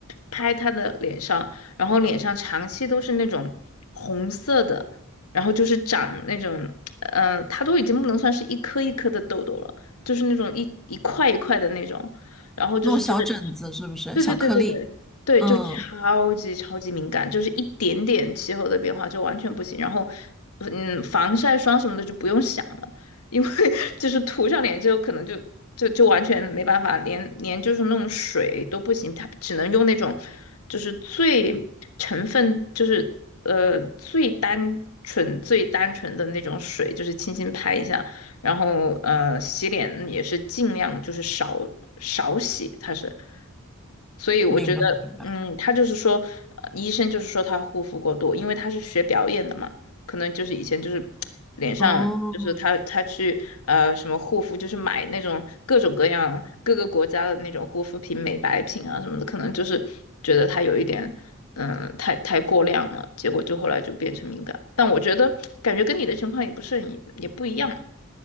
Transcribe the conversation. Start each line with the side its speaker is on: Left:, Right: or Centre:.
Left: 拍她的脸上，然后脸上长期都是那种红色的，然后就是长那种，呃，她都已经不能算是一颗一颗的痘痘了，就是那种一一块一块的那种，然后就是真的。
Centre: 那种小疹子是不是小颗粒？
Left: 对对对对对对，
Centre: 嗯，
Left: 就超级超级敏感，就是一点点气候的变化就完全不行。然后，嗯，防晒霜什么的就不用想了，因为 <laughs> 就是涂上脸之后，可能就就就完全没办法，连连就是那种水都不行，它只能用那种就是最成分就是呃最单纯最单纯的那种水，就是轻轻拍一下。然后呃，洗脸也是尽量就是少少洗，它是，所以我觉得，
Centre: 明白明白。
Left: 嗯，他就是说，呃医生就是说他护肤过度，因为他是学表演的嘛，可能就是以前就是 <tsk> 脸上就是他他去呃什么护肤，
Centre: 哦，
Left: 就是买那种各种各样各个国家的那种护肤品、美白品啊什么的，可能就是觉得他有一点。嗯，呃太太过量了，结果就后来就变成敏感。但我觉得感觉跟你的情况也不是很也不一样。